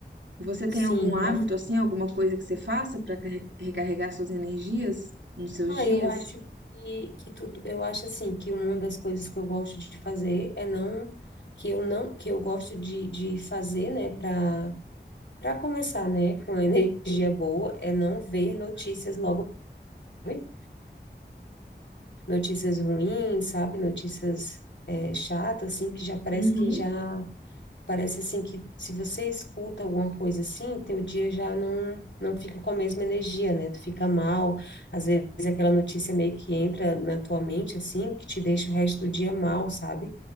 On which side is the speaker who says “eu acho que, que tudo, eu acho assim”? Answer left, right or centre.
Left